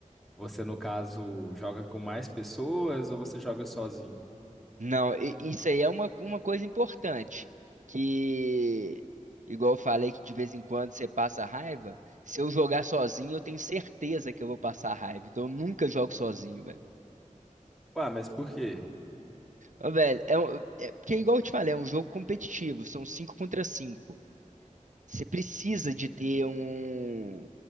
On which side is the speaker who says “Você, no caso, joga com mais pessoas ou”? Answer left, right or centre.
Centre